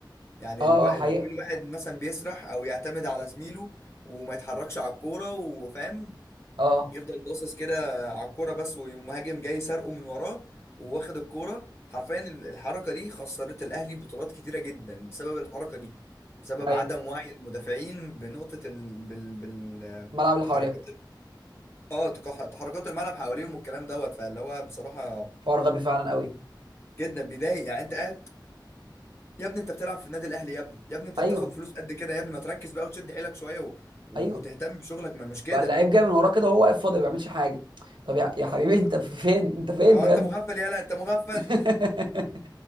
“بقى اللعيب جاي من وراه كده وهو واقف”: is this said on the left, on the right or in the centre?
Right